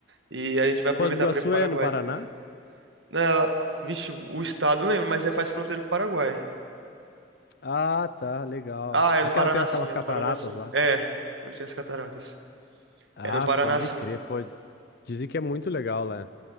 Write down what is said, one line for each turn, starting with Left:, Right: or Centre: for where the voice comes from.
Right: E a gente vai aproveitar
Left: Foz do Iguaçu
Right: para ir pro Paraguai
Left: é no Paraná?
Right: também. Não, ela... Vixe, o estado não lembro, mas é, faz fronteira com o Paraguai.
Left: Ah, tá, legal.
Right: Ah, é
Left: Aquela
Right: no Paraná
Left: tem aquelas
Right: sim, é
Left: cataratas
Right: no Paraná sim.
Left: lá.
Right: É, onde tem as cataratas.
Left: Ah,
Right: É no Paraná
Left: pode
Right: sim.
Left: crer, pode. Dizem que é muito legal lá.